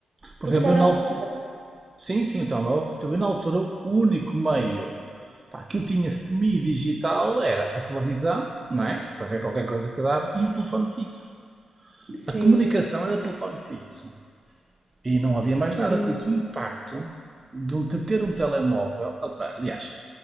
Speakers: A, on the right; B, on the right.
A: Por
B: Porque
A: exemplo,
B: tele...
A: eu na
B: Não
A: altura. Sim, sim, o telemóvel. Por exemplo, Eu na altura, o único meio Pá, que eu tinha semi-digital era a televisão, não é? Para ver qualquer coisa que dava, e o telefone fixo.
B: sei.
A: A comunicação era o telefone fixo. E não havia mais nada,
B: Sim. Sim.
A: por isso o impacto de um- de ter um telemóvel. Aliás,